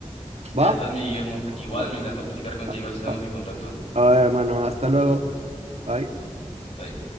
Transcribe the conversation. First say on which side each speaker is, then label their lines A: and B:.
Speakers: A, on the left (about 60°); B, on the right (about 60°).
A: Ya
B: ¿Va?
A: estás, mi Guillermo. Igual
B: Ah,
A: me encantó platicar contigo,
B: ah,
A: ahí estamos
B: ah,
A: en contacto.
B: ah, hermano, hasta luego. Bye.
A: Bye.